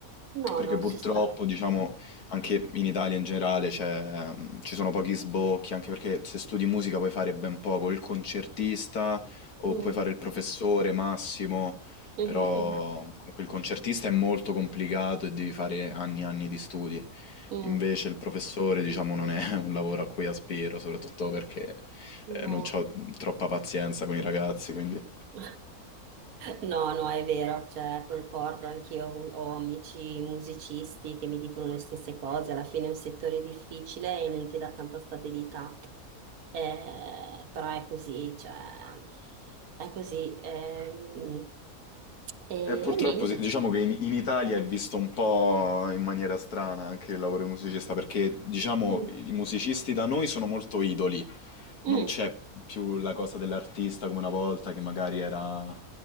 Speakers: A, on the right (about 75°); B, on the left (about 80°).
A: No,
B: Perché
A: no,
B: purtroppo,
A: ci sta.
B: diciamo, anche in Italia in generale c'è, mm, ci sono pochi sbocchi, anche perché se studi musica puoi fare ben poco, il concertista o
A: Mm,
B: puoi fare il professore massimo,
A: mhm,
B: però
A: mhm,
B: comunque il concertista è molto complicato e devi fare anni e anni di studi.
A: mm.
B: Invece il professore, diciamo, non è <laughs> un lavoro a cui aspiro, soprattutto perché
A: No.
B: eh, non ho troppa pazienza con i ragazzi, quindi...
A: <laughs> No, no, è vero, cioè, concordo, anch'io ho, avu- ho amici musicisti che mi dicono le stesse cose, alla fine è un settore difficile e non ti dà tanta stabilità, Eh, però è così, cioè, è così. ehm, e, e
B: E purtroppo
A: niente.
B: sì, diciamo che in, in Italia è visto un po' in maniera strana anche il lavoro di musicista, perché diciamo
A: Mm,
B: i musicisti da noi sono molto idoli,
A: mm,
B: non c'è più la cosa dell'artista come una volta, che magari era,